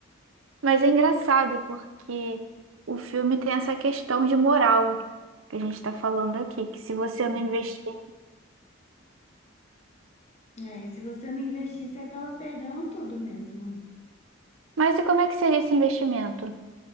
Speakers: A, on the right (about 80°); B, on the left (about 35°).
A: Mas é engraçado porque o filme tem essa questão de moral que a gente está falando aqui, que se você
B: Hum.
A: não investir.
B: É, se você não investir, você acaba perdendo tudo mesmo.
A: Mas e como é que seria esse investimento?